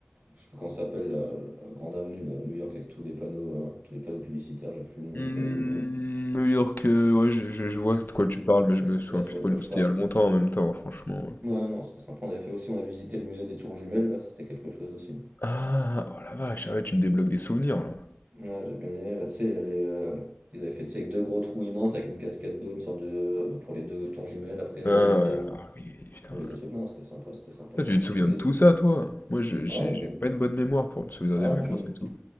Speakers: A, on the right (about 45°); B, on the left (about 55°).
A: je sais plus comment ça s'appelle, la, la grande avenue, là, à New York, avec tous les panneaux, euh, tous les panneaux publicitaires, j'ai plus le nom,
B: Hmm,
A: je t'avoue, mais
B: New York, euh, ouais, je, je- je vois de quoi tu parles, mais je
A: Bon,
B: me souviens
A: Ouais,
B: plus
A: tu vois
B: trop.
A: de quoi
B: de-
A: je
B: C'était
A: parle.
B: il y a longtemps en même temps, franchement.
A: Ouais, non, c'était sympa. On avait fait aussi, on a visité le musée des tours jumelles, là, c'était quelque chose aussi.
B: Ah! Oh la vache! Ah ouais, tu me débloques des souvenirs là. Ouais.
A: Ouais, j'ai bien aimé. Bah, tu sais, il y a les, euh, ils avaient fait, tu sais, avec deux gros trous immenses avec une cascade d'eau, une sorte de. pour les deux tours jumelles. Après, il
B: Ah
A: y avait le musée,
B: ouais,
A: on,
B: ah oui, putain.
A: on voyait des trucs. Non, c'était sympa, c'était sympa,
B: Toi,
A: franchement.
B: tu te souviens
A: C'était
B: de
A: des.
B: tout ça, toi? Moi, je j'ai
A: Ah, une
B: j'ai
A: bonne.
B: pas une bonne mémoire pour me souvenir
A: Ah,
B: des vacances
A: moi, j'ai une-
B: et tout.